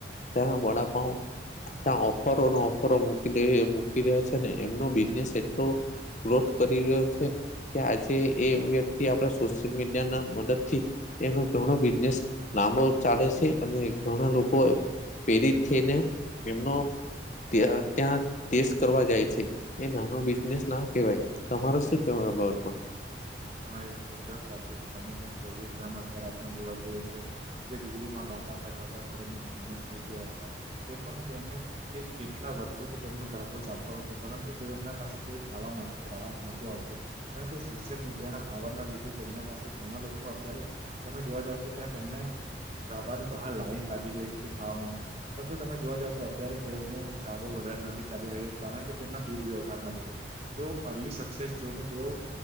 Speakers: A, on the left; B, on the right.
A: ત્યા વડાપાવ ઓફરો ઓફરો મૂકી મૂકી રહ્યા છે ને એમનો બિઝનેસ એટલો ગ્રોથ કરી રહ્યો છે. કે આજે એ વ્યક્તિ આપડા સોશિયલ મીડિયા ના મદદ થી એનો ઘણો બિઝનેસ લાંબો ચાલે છે અને ઘણા લોકો પ્રેરિત થઈને એમનો ત્યાં ત્યાં ટેસ્ટ કરવા જાય છે. એ નાનો બિઝનેસ ના કેહેવાય તમારો શું કેહેવાય અ બાબતમાં?
B: તમારી વાત એકદમ સાચી છે તમે જેમ કહ્યું અત્યારે આપણે જોવા જઈએ તો જે દિલ્હીમાં બાબા ગાઢાબા કરીને ફેમસ થઈ ગયા હતા તે પણ તેમને તે કેટલા વર્ષોથી તેમનો ધાબો ચાલતો હતો પરંતુ તે એમના પાસે કોઈ ખાવા માટે ગ્રાહક નતું આવતું મે તો સોશલ મીડિયા ના પાવરનના લીધે તેમના પાસે ઘણા લોકો અત્યારે તમે જોવા જાવ તો ત્યાં તેમને ધાબાની બહાર લાઈન લાગી ગઈ હતી ખાવા માટે પરંતુ તમે જોવા જાવ તો અત્યારે તેઓનો ધાબો વધારે નથી ચાલી રહ્યો કારણ કે તેમના દુર્વ્યવહારના લીધે તેઓ અર્લી સક્સેસ જોઈને તેઓ